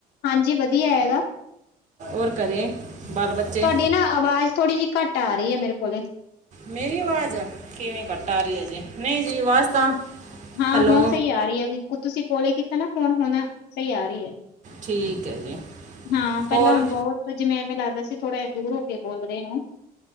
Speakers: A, on the left (about 75°); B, on the right (about 45°).
A: ਹਾਂਜੀ ਵਧੀਆ ਹੈਗਾ
B: ਔਰ ਘਰੇ ਬਾਲ ਬੱਚੇ
A: ਤੁਹਾਡੀ ਨਾ ਆਵਾਜ਼ ਥੋੜ੍ਹੀ ਜਿ ਘੱਟ ਆ ਰਈ ਆ ਮੇਰੇ ਕੋਲ
B: ਮੇਰੀ ਆਵਾਜ਼ ਕਿਵੇਂ ਕੱਟਾ ਰਈ ਆ ਜੀ ਨਈ ਜੀ ਆਵਾਜ਼ ਤਾਂ
A: ਹਾਂ
B: ਹੈਲੋ
A: ਹੁਣ ਸਈ ਆ ਰਈ ਹੈ ਤੁਸੀਂ ਕੋਲੇ ਕੀਤਾ ਨਾ ਫੋਨ ਹੁਣ ਸਈ ਆ ਰਈ ਹੈ।
B: ਠੀਕ ਹੈ ਜੀ
A: ਹਾਂ ਪੈਲਾਂ
B: ਹੋਰ
A: ਬੋਤ ਜਿਵੇਂ ਐਵੇਂ ਲੱਗਦਾ ਸੀ ਥੋੜਾ ਜਿਹਾ ਦੂਰ ਹੋ ਕੇ ਬੋਲਦੇ ਰਏ ਹੋ।